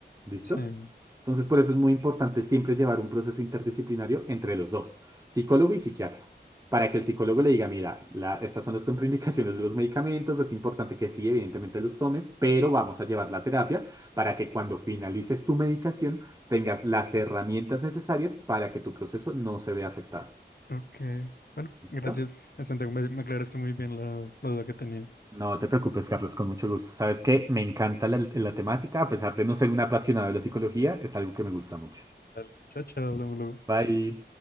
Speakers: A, on the right; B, on the left.
A: ¿Listo?
B: sí,
A: Entonces, por eso es muy importante siempre llevar un proceso interdisciplinario entre los dos, psicólogo y psiquiatra, para que el psicólogo le diga, mira, la- estas son las contraindicaciones de los medicamentos, es importante que sí, evidentemente los tomes, pero vamos a llevar la terapia para que cuando finalices tu medicación tengas las herramientas necesarias para que tu proceso no se vea afectado.
B: ok. Bueno,
A: ¿Listo?
B: gracias, Santiago. Me, me aclaraste muy bien la, la duda que tenía.
A: No te preocupes, Carlos, con mucho gusto. Sabes
B: Dale,
A: que me encanta la, la temática, a pesar de no ser un apasionado de la psicología, es algo que me gusta mucho.
B: Dale. Chao, chao, hablamos luego.
A: Bye.